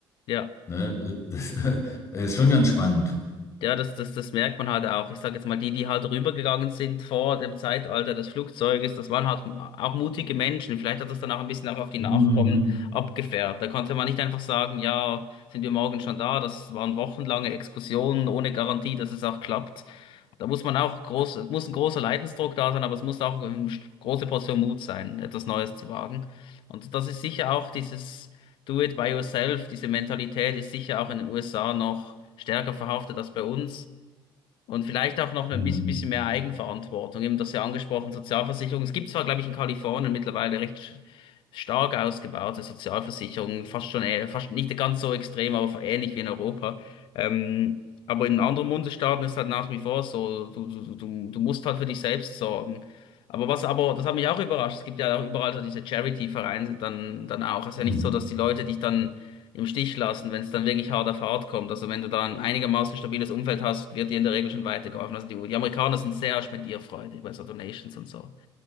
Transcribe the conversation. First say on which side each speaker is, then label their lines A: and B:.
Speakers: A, on the left; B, on the left.
A: ja.
B: Ne? Das <laughs> ist schon ganz spannend.
A: Ja, das, das, das merkt man halt auch. Ich sage jetzt mal, die, die halt rübergegangen sind vor dem Zeitalter des Flugzeuges, das waren halt auch mutige Menschen. Vielleicht hat das dann auch ein bisschen auch auf die Nachkommen
B: Mhm.
A: abgefärbt. Da konnte man nicht einfach sagen, ja, sind wir morgen schon da. Das waren wochenlange Exkursionen ohne Garantie, dass es auch klappt. Da muss man auch groß, muss ein großer Leidensdruck da sein, aber es muss auch eine große Portion Mut sein, etwas Neues zu wagen. Und das ist sicher auch dieses Do it by yourself, diese Mentalität ist sicher auch in den USA noch stärker verhaftet als bei uns. Und vielleicht auch noch
B: Mhm.
A: ein bisschen bisschen mehr Eigenverantwortung. Eben das ja angesprochen, Sozialversicherung. Es gibt zwar, glaube ich, in Kalifornien mittlerweile recht sch- stark ausgebaute Sozialversicherungen, fast schon, äh, fast nicht ganz so extrem, aber ähnlich wie in Europa. Ähm, aber in anderen Bundesstaaten ist halt nach wie vor so, du, du, du, du musst halt für dich selbst sorgen. Aber was aber, das hat mich auch überrascht, es gibt ja auch überall so diese Charity-Vereine dann, dann auch. Es ist
B: Mhm.
A: ja nicht so, dass die Leute dich dann im Stich lassen, wenn es dann wirklich hart auf hart kommt. Also wenn du da ein einigermaßen stabiles Umfeld hast, wird dir in der Regel schon weitergeholfen. Also die, die Amerikaner sind sehr spendierfreudig bei so Donations und so.